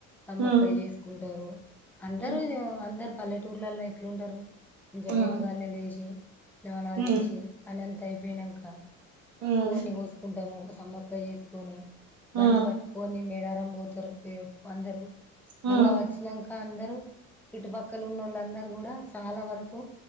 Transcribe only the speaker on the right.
ఉమ్
ఉమ్
ఉమ్
ఉమ్
ఉమ్
ఉమ్
హ్మ్